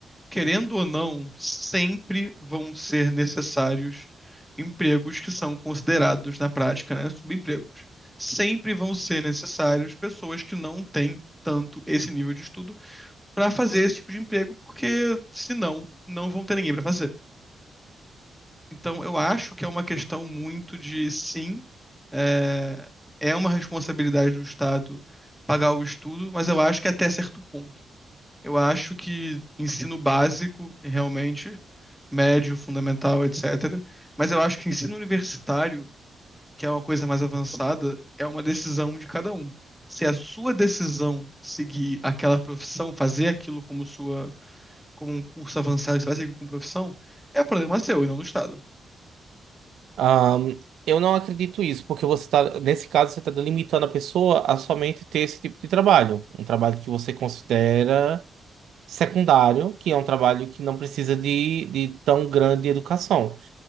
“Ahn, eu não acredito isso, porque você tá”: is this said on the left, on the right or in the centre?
Right